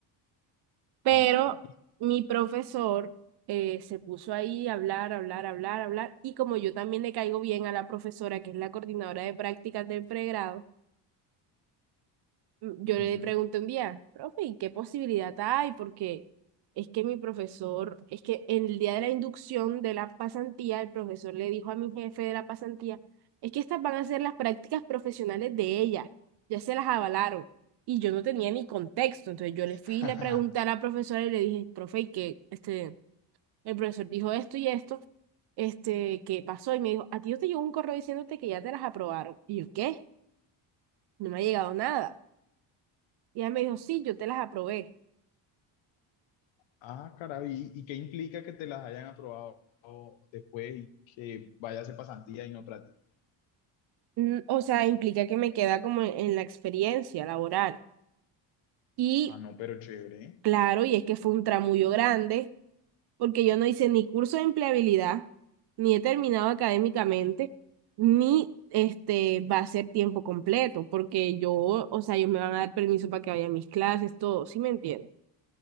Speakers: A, on the right; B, on the left.
A: Pero
B: Ah, y-
A: mi profesor eh, se puso ahí a hablar, hablar, hablar, hablar. Y como yo también le caigo bien a la profesora, que es la coordinadora de prácticas del pregrado, Yo
B: ujú.
A: le pregunté un día, profe, ¿y qué posibilidad hay? Porque es que mi profesor, es que en el día de la inducción de la pasantía, el profesor le dijo a mi jefe de la pasantía, es que estas van a ser las prácticas profesionales de ella, ya se las avalaron. Y yo no tenía ni contexto, entonces yo
B: <laughs>
A: le fui y le pregunté a la profesora y le dije, profe, ¿y que este, el profesor dijo esto y esto, este, ¿qué pasó? Y me dijo, a ti no te llegó un correo diciéndote que ya te las aprobaron. Y yo, ¿qué? No me ha llegado nada. Y ella me dijo, sí, yo te las aprobé.
B: Ah, caray, ¿y, y qué implica que te las hayan aprobado después y que vayas a hacer pasantía y no práctica?
A: Mm, O sea, implica que me queda como en, en la experiencia laboral. Y
B: Ah, no, pero chévere.
A: claro, y es que fue un tramullo grande, porque yo no hice ni curso de empleabilidad, ni he terminado académicamente, ni este va a ser tiempo completo, porque yo, o sea, ellos me van a dar permiso para que vaya a mis clases, todo, ¿sí me entiendes?